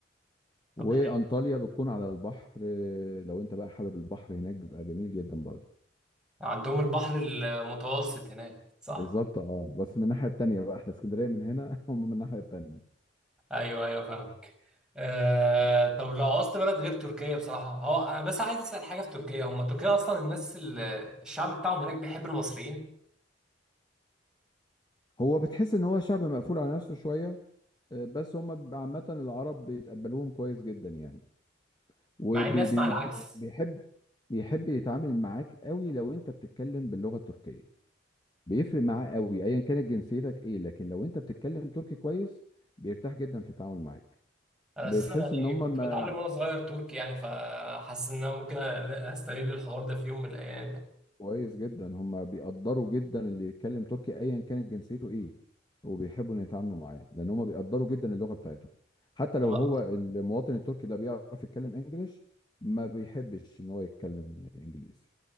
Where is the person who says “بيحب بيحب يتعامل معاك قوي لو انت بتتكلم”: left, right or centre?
Left